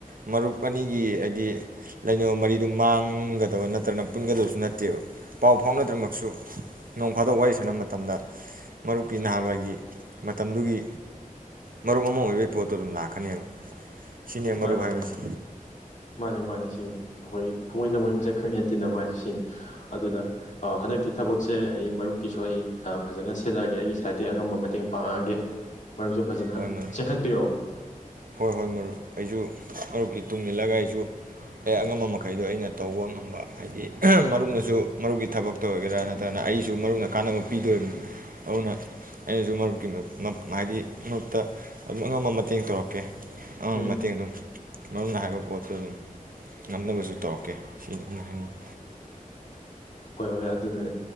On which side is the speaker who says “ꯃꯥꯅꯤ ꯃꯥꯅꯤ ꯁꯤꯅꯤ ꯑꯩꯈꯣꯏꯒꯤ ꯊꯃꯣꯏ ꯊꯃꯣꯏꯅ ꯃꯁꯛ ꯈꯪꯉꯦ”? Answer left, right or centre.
Left